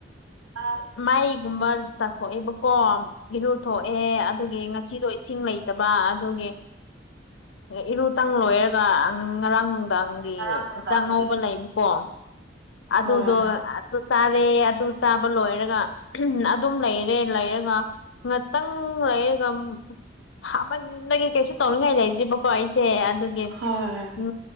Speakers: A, on the right; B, on the left.
A: ꯑꯥ
B: ꯃꯥꯏꯒꯨꯝꯕ ꯇꯥꯊꯣꯛꯑꯦꯕꯀꯣ ꯏꯔꯨꯊꯣꯛꯑꯦ ꯑꯗꯨꯒꯤ ꯉꯁꯤꯗꯣ ꯏꯁꯤꯡ ꯂꯩ ꯇꯕ ꯑꯗꯨꯒꯤ ꯏꯔꯨ ꯇꯪ ꯂꯣꯏꯔꯒ ꯉꯔꯥꯡ ꯒꯤ
A: ꯉꯔꯥꯡ ꯅꯨꯡꯗꯥꯡꯒꯤ
B: ꯆꯥꯛꯉꯧꯕ ꯂꯩꯕꯀꯣ ꯑꯗꯨꯗꯣ
A: ꯍꯣꯏ
B: ꯑꯗꯨ ꯆꯥꯔꯦ ꯑꯗꯨ ꯆꯥ ꯂꯣꯏꯔꯒ ꯎ ꯑꯗꯨꯝ ꯂꯩꯔꯦ ꯂꯩꯔꯒ ꯉꯥꯛꯇꯪ ꯂꯩꯔꯒ ꯁꯥꯃꯟꯕꯒꯤ ꯀꯩꯁꯨ ꯇꯧꯅꯤꯡꯉꯥꯏ ꯂꯩꯇꯦꯕꯀꯣ ꯑꯩꯁꯦ ꯑꯗꯨꯒꯤ
A: ꯍꯣꯏ
B: ꯎꯝ